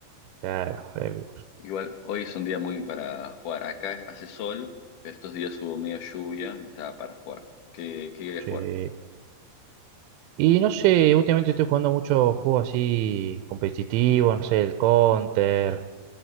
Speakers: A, on the right; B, on the left.
A: claro, eh,
B: Igual, hoy es un día muy para jugar. Acá hace sol, pero estos días hubo media lluvia y estaba para jugar. ¿Qué, qué querías
A: Sí.
B: jugar?
A: Y no sé, últimamente estoy jugando muchos juegos así competitivos, no sé, el Counter,